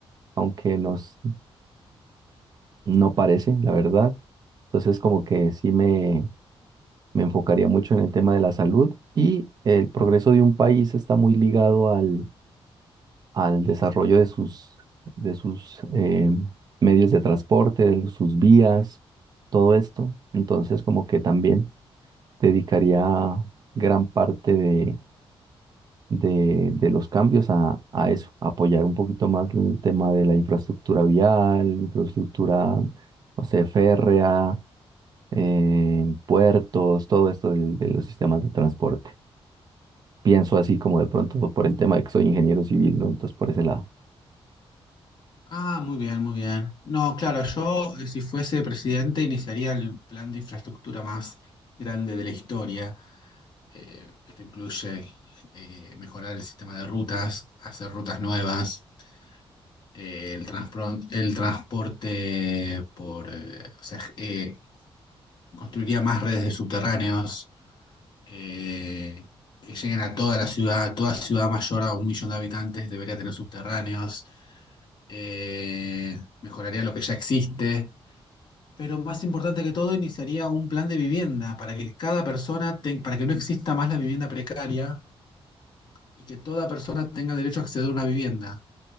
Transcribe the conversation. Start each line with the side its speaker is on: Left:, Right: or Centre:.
Right: aunque nos no parece, la verdad Entonces, como que sí me, me enfocaría mucho en el tema de la salud y el progreso de un país está muy ligado al, al desarrollo de sus, de sus eh, medios de transporte, de sus vías, todo esto. Entonces, como que también dedicaría gran parte de, de, de los cambios a, a eso, apoyar un poquito más el tema de la infraestructura vial, infraestructura, no sé, férrea en puertos, todo esto del- de los sistemas de transporte. Pienso así como de pronto por el tema de que soy ingeniero civil, ¿no? Entonces por ese lado.
Left: Ah, muy bien, muy bien. No, claro, yo eh, si fuese presidente iniciaría el plan de infraestructura más grande de la historia. Eh, esto incluye eh, mejorar el sistema de rutas, hacer rutas nuevas, eh, el transpron- el transporte por, eh, o sea, eh, construiría más redes de subterráneos eh, que lleguen a toda la ciudad, toda ciudad mayor a un millón de habitantes debería tener subterráneos, eh, mejoraría lo que ya existe, pero más importante que todo, iniciaría un plan de vivienda para que cada persona, te- para que no exista más la vivienda precaria y que toda persona tenga derecho a acceder a una vivienda.